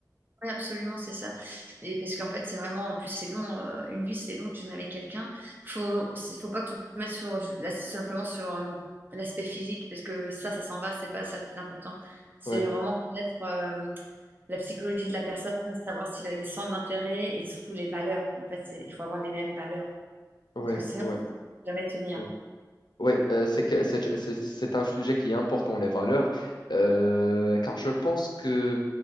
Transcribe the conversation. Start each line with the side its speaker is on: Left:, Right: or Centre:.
Right: Oui, absolument, c'est ça. Et parce qu'en fait, c'est vraiment, en plus, c'est long, euh, une vie, c'est long, tu n'es avec quelqu'un. Faut, c'est- faut pas que tu te mettes sur, là, simplement sur euh, l'aspect physique, parce que ça, ça s'en va, c'est pas ça le plus important. C'est
Left: Ouais,
Right: vraiment connaître euh, la psychologie de la personne, savoir si les centres d'intérêt et surtout les valeurs. En fait, c'est- il faut avoir les mêmes valeurs,
Left: ouais,
Right: parce que sinon,
Left: ouais,
Right: tu peux jamais tenir.
Left: ouais. Ouais, euh, c'est que c'est c'est- c'est un sujet qui est important, les valeurs, Euh, car je pense que